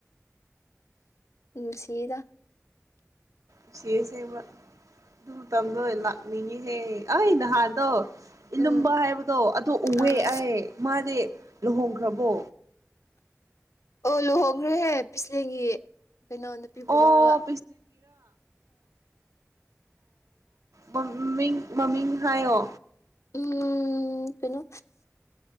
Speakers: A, on the left (about 65°); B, on the right (about 75°).
A: ꯎꯝ ꯁꯤꯗ
B: ꯎꯆ ꯎꯆꯁꯦꯕ ꯑꯗꯨ ꯇꯝꯗꯣ ꯂꯥꯛꯅꯤꯡꯉꯤꯍꯦ ꯑꯩ ꯅꯍꯥꯟꯗꯣ ꯏꯂꯨꯝꯕ
A: ꯎꯝ
B: ꯍꯥꯏꯕꯗꯣ ꯑꯗꯨ ꯎꯑꯦ
A: ꯑꯥ
B: ꯑꯩ ꯃꯥꯗꯤ ꯂꯨꯍꯣꯡꯒ꯭ꯔꯥꯕꯣ꯫
A: ꯑꯣ ꯂꯨꯍꯣꯡꯒ꯭ꯔꯦ ꯍ ꯄꯤꯁꯂꯦꯟꯒꯤ ꯀꯦꯏꯅꯣ ꯅꯨꯄꯤ ꯕꯨ
B: ꯑꯣ
A: ꯂ꯭ꯔꯒꯥ꯫
B: ꯃꯥꯃꯤꯡ ꯃꯥꯃꯤꯡ ꯍ꯭ꯌꯣ꯫
A: ꯎ ꯀꯩꯅꯣ